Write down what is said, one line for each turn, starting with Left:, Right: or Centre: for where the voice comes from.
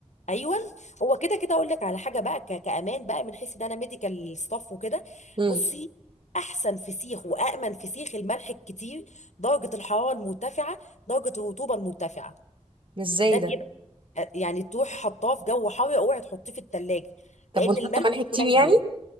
Left: ايوه هو كده كده اقول لك على حاجه بقى ك- كامان بقى من حيث ان انا ميديكال ستاف وكده
Right: امم
Left: بصي احسن فسيخ وامن فسيخ الملح الكتير درجه الحراره المرتفعه درجه الرطوبه المرتفعه
Right: ازاي
Left: ده بيبقى
Right: ده
Left: يعني تروحي حطاه في جو حار اوعي تحطيه في التلاجة
Right: طب
Left: لان
Right: ونحط
Left: الملح
Right: ملح كتير
Left: قليل
Right: يعني